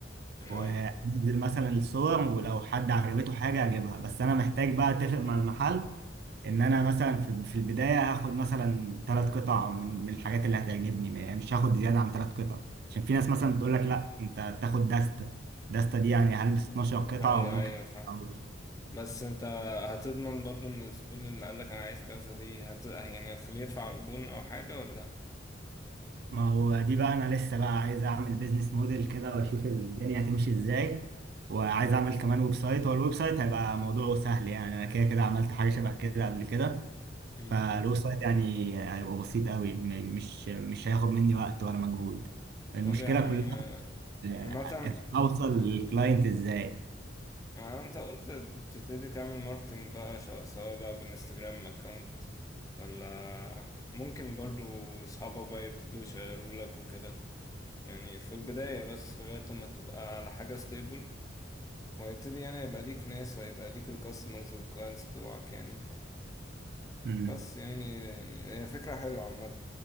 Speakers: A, on the left; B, on the right.
A: اه
B: وانزل مثلا الصور ولو حد عجبته حاجة اجيبها بس انا محتاج بقى اتفق مع المحل ان انا مثلا في في البداية هاخد مثلا ثلاث قطع من من الحاجات اللي هتعجبني ما- يعني مش هاخد زيادة عن ثلاث قطع عشان في ناس مثلا بتقول لك لا انت تاخد دستة دستة دي يعني هلبس 12 قطعة
A: ايوه
B: وممكن
A: ايوه فاهم
B: أعوض.
A: بس انت هتضمن برضو ان الزبون اللي قالك انا عايز كذا دي هت... يعني هتخليه يدفع عربون او حاجة ولا
B: ما هو دي بقى انا لسه بقى عايز اعمل بيزنس موديل كده واشوف الدنيا هتمشي ازاي وعايز اعمل كمان ويب سايت هو الويب سايت هيبقى موضوعه سهل يعني انا كده كده عملت حاجة شبه كده قبل كده
A: مم.
B: فالويب سايت يعني هيبقى بسيط قوي م- مش مش هياخد مني وقت ولا مجهود المشكلة
A: طب يا عم
B: كلها
A: آه،
B: آه،
A: عامة
B: اوصل للكلاينت ازاي
A: آه، انت قلت بتبتدي تعمل ماركتينج بقى شو- سواء بقى بالانستجرام اكونت ولا ممكن برضو اصحابك بقى يبتدوا يشيرولك وكده يعني في البداية بس لغاية لما تبقى على حاجة ستيبل وهيبتدي يعني يبقى ليك ناس وهيبقى ليك الكاستمرز والكلاينتس بتوعك يعني
B: امم
A: بس يعني يعني هي فكرة حلوة عامة